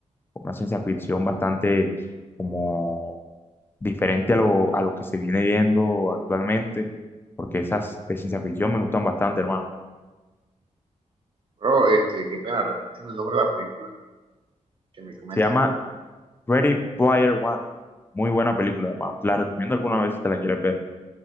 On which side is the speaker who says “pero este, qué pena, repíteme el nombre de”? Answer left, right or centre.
Right